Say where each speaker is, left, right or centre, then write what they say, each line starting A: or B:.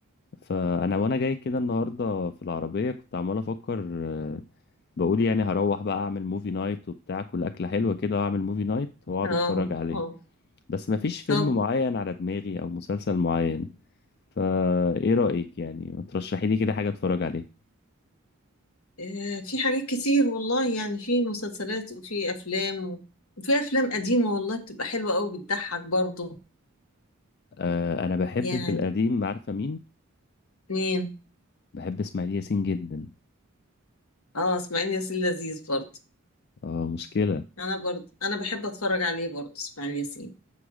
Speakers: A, on the left; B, on the left.
A: فانا وانا جاي كده النهارده في العربيه كنت عمال افكر آه، بقول يعني هروح بقى اعمل موفي نايت وبتاع كل اكله حلوه كده واعمل موفي نايت واقعد
B: اه
A: اتفرج عليه
B: اه
A: بس مفيش فيلم
B: طب
A: معين على دماغي او مسلسل معين فايه رايك يعني ما ترشحي لي كده حاجه اتفرج عليه
B: آه في حاجات كتير والله يعني في مسلسلات وفي افلام و- وفي افلام قديمة والله بتبقى حلوة قوي بتضحك برضو
A: آه انا بحب
B: يعني
A: في القديم عارفه مين
B: مين
A: بحب اسماعيل ياسين جدا
B: اه اسماعيل ياسين لذيذ برضو
A: اه مشكله
B: انا برضو انا بحب اتفرج عليه برضو اسماعيل ياسين